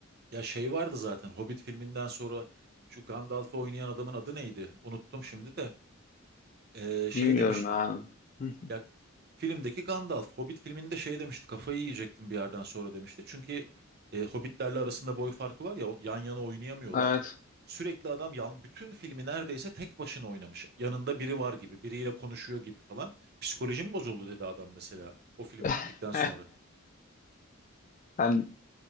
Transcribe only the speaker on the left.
Bilmiyorum
ya. <laughs>
Evet.
<laughs>
Yani